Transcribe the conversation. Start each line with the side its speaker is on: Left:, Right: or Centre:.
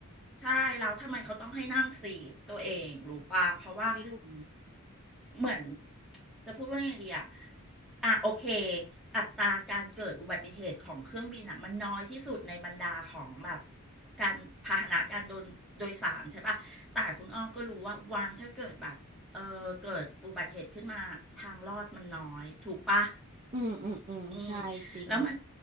Centre: ใช่แล้วทำไมเขาต้องให้นั่งซีทตัวเองรู้ป่ะเพราะว่า
Right: ไม่รู้
Centre: เหมือน <tsk> จะพูดว่าไงดีอะอ่ะโอเคอัตราการเกิดอุบัติเหตุของเครื่องบินอะมันน้อยที่สุดในบรรดาของแบบการพาหนะการโดนโดยสารใช่ป่ะแต่คุณอ้อมก็รู้ว่าวันถ้าเกิดแบบเออเกิดอุบัติเหตุขึ้นมาทางรอดมันน้อยถูกป่ะ
Right: อืมอืมอืมใช่จริง
Centre: อืมแล้วมัน